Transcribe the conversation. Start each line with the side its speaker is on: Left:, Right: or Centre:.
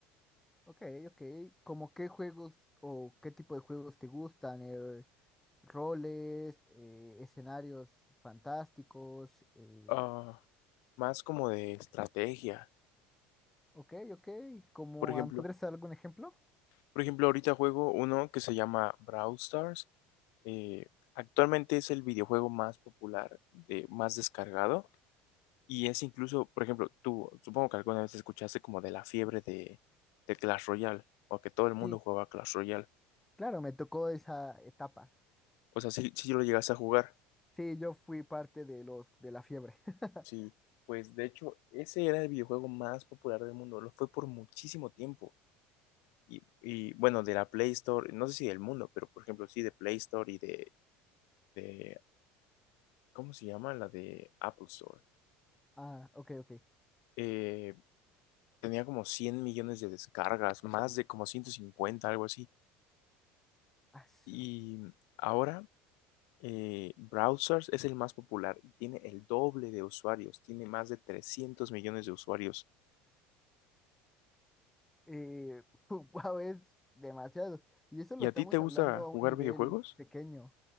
Centre: Ok, ok. ¿Cómo qué juegos o qué tipo de juegos te gustan? Eh, roles, eh, escenarios fantásticos. eh,
Left: Ah, más como de estrategia.
Centre: ok, ok. ¿Cómo,
Left: Por ejemplo,
Centre: am- podrías dar algún ejemplo?
Left: por ejemplo, ahorita juego uno que se llama Brawl Stars. Eh, actualmente es el videojuego más popular, de, más descargado. Y es incluso, por ejemplo, tú, supongo que alguna vez escuchaste como de la fiebre de, de Clash Royale, o que todo el mundo
Centre: Sí,
Left: jugaba Clash Royale.
Centre: claro, me tocó esa etapa.
Left: O sea, si, si lo llegas a jugar,
Centre: Sí, yo fui parte de los de la fiebre. <laughs>
Left: sí. Pues de hecho, ese era el videojuego más popular del mundo, lo fue por muchísimo tiempo. y, y, bueno, de la Play Store, no sé si del mundo, pero por ejemplo, sí, de Play Store y de, de ¿cómo se llama? La de Apple Store.
Centre: Ah, ok, ok.
Left: Eh, tenía como 100 millones de descargas, más de como ciento cincuenta algo así.
Centre: Aso.
Left: Y ahora, eh, Browsers es el más popular, tiene el doble de usuarios, tiene más de 300 millones de usuarios.
Centre: Eh, <laughs> wow, es demasiado. Y eso lo
Left: ¿Y a
Centre: estamos
Left: ti te gusta
Centre: hablando a
Left: jugar
Centre: un nivel
Left: videojuegos?
Centre: pequeño.